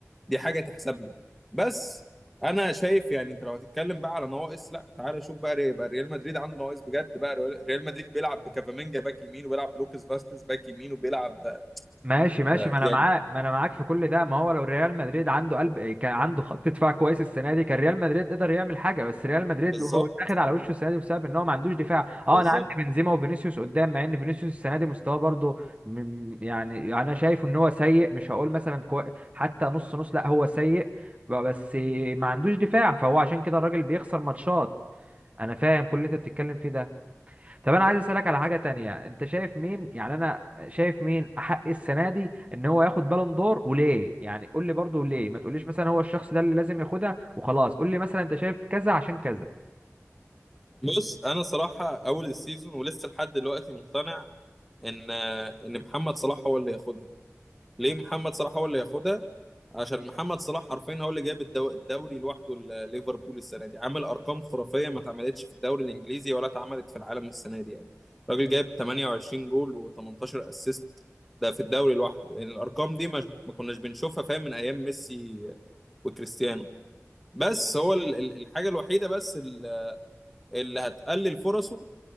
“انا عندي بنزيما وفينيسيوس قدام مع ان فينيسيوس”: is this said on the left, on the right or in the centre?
Right